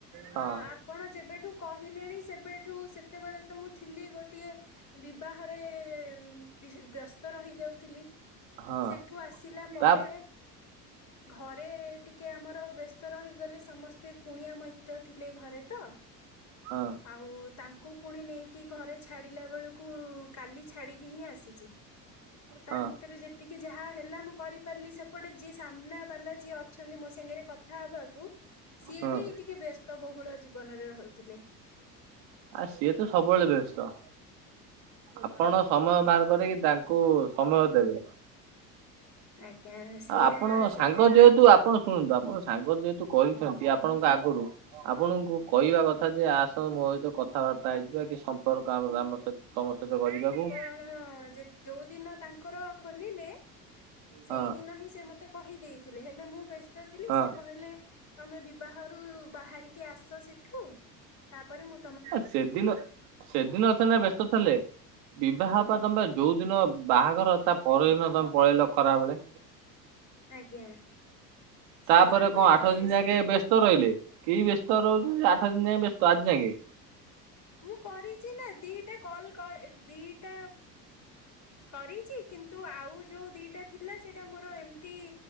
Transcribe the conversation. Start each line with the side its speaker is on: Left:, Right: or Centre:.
Right: ହଁ
Left: ଆପଣ ଯେବେଠୁ କହିଲେଣି ସେବେଠୁ ସେତେବେଳେ ତ ମୁଁ ଥିଲି ଗୋ ଗୋଟିଏ ବିବାହରେ ବ୍ୟସ୍ତ ବ୍ୟସ୍ତ ରହିଯାଉଥିଲି
Right: ହଁ
Left: ସେଠୁ ଆସିଲା ପରେ
Right: ତା
Left: ଘ ଘରେ ଟିକେ ଆମର ବ୍ୟସ୍ତ ରହିଗଲେ ସମସ୍ତେ କୁଣିଆ ମୈତ୍ର ଥିଲେ ଘରେ ତ
Right: ହଁ।
Left: ଆଉ ତାଙ୍କୁ ପୁଣି ନେଇକି ଘରେ ଛାଡିଲା ବେଳକୁ କାଲି ଛାଡ଼ିକି ହିଁ ଆସିଛି। ତା
Right: ହଁ
Left: ଭିତରେ ଯେତିକି ଯାହା ହେଲା ମୁଁ କରିପାରିଲି ସେପଟେ ଯିଏ ସାମ୍ନା ବାଲା ଯିଏ ଅଛନ୍ତି ମୋ ସାଙ୍ଗରେ କଥା ହବାକୁ ସିଏ
Right: ହଁ
Left: ବି ଟିକେ ବେ ବ୍ୟସ୍ତ ବହୁଳ ଜୀବନରେ ରହୁଥିଲେ।
Right: ଆ ସିଏ ତ ସବୁବେଳେ ବ୍ୟସ୍ତ। ଆପଣ
Left: ହଁ।
Right: ସମୟ ବାହାର କରିକି ତାଙ୍କୁ ସମୟ ଦେବେ।
Left: ଆଜ୍ଞା ସେଇଆ
Right: ଆପଣ
Left: ସେଥିପାଇଁ
Right: ସାଙ୍ଗ ଯେହେତୁ ଆ ଆପଣ ଶୁଣନ୍ତୁ ଆପଣ ସାଙ୍ଗ ଯେହେତୁ କହିଛନ୍ତି ଆପଣଙ୍କ ଆଗରୁ ଆପଣଙ୍କୁ କହିବା କଥା ଯେ ଆସ ମୋ ସହିତ କଥାବାର୍ତ୍ତା ହେଇଯିବା କି ସମ୍ପର୍କ ଆମ ସହିତ ତମ ସହିତ ଗଢିବାକୁ
Left: କଣ ଯୋଉଦିନ ତାଙ୍କର ଖୋଲିଲେ ସେଇ
Right: ହଁ
Left: ଦିନ ହିଁ ସେ ମତେ କହିଦେଇଥିଲେ ହେଲେ ମୁଁ ବ୍ୟସ୍ତ ଥିଲି
Right: ହଁ
Left: ସିଏ କହିଲେ ତମେ ବିବାହରୁ ବାହାରିକି ଆସ ସେଠୁ ତାପରେ ମୋ
Right: ଆ ସେଦିନ ସେଦିନ ସିନା ବ୍ୟସ୍ତ ଥିଲେ ବିବାହ
Left: ଆଜ୍ଞା
Right: ପର୍ଯ୍ୟନ୍ତ ତ ଯୋଉଦିନ ବାହାଘର ତା ପରଦିନ ତମେ ପଳେଇଲ ଖରାବେଳେ
Left: ଆଜ୍ଞା ସକାଳୁ
Right: ତାପରେ
Left: ହିଁ
Right: କଣ
Left: ପଳେଇ
Right: ଆଠ ଦିନି
Left: ଆସିଲି
Right: ଯାକେ ବେ ବ୍ୟସ୍ତ ରହିଲେ କି ବ୍ୟସ୍ତ ରହୁଛନ୍ତି ଆଠ ଦିନି ଯାଏ ବ୍ୟସ୍ତ ଆଜି ଯାକେ
Left: ମୁଁ କରିଛି ନା ଦିଟା କଲ କଲ ଦିଟା କରିଛି କିନ୍ତୁ ଆଉ ଯୋଉ ଦିଟା ଥିଲା ସେଇଟା ମୋର ଏମିତି